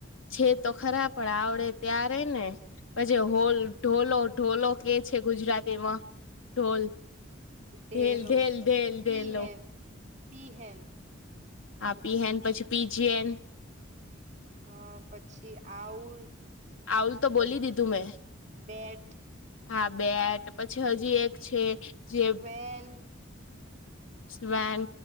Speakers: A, on the left; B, on the right.
A: છે, તો ખરા પણ આવડે ત્યારે ને પછી, હોલ ઢોલો ઢોલો કે છે, ગુજરાતીમાં ઢોલ
B: ડેલો
A: ઢેલઢેલઢેલઢેલ.
B: પી હે પી, હન
A: આપ પી હન, પછી પીજીએન
B: હ પછી, આવું
A: આુંલ, તો બોલી દીધું મેં
B: બેટ
A: હા, બેટ પછી હજી, એક છે, જે
B: સ્વેન
A: વન